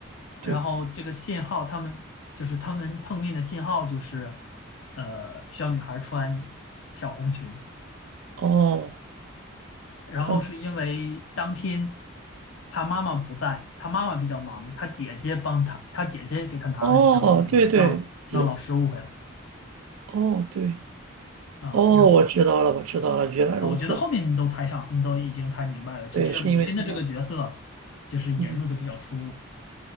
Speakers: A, on the right (about 80°); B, on the left (about 65°).
A: 对，
B: 然后这个信号，他们就是他们碰面的信号就是，呃，小女孩穿小红裙，
A: 哦，
B: 然后是因为当天
A: 他们，
B: 她妈妈不在，她妈妈比较忙，她姐姐帮她，她姐姐给她拿了这条裙子，
A: 哦，对对，
B: 让让老师误会了
A: 姐姐，哦对。
B: 啊。
A: 哦，
B: 然
A: 我知道了，我知道了，原来如此。
B: 后我觉得后面你都猜上，你都已经猜明白了，只是母亲的这个角色就是引入的比较突兀，
A: 对，是因为情感吗？嗯，